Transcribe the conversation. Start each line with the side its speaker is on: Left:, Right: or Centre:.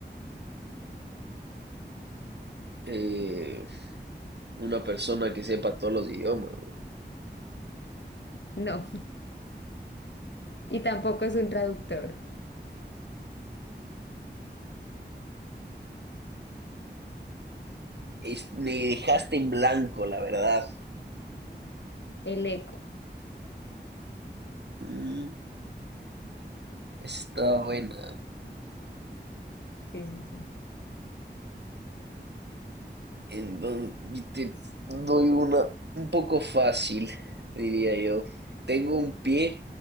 Right: Eh, una persona que sepa todos los idiomas.
Left: No. Y tampoco es un traductor.
Right: Es- me dejaste en blanco, la verdad.
Left: El eco.
Right: Mm, está buena.
Left: Sí, sí, sí.
Right: Entonces, yo te doy una un poco fácil, diría yo. Tengo un pie,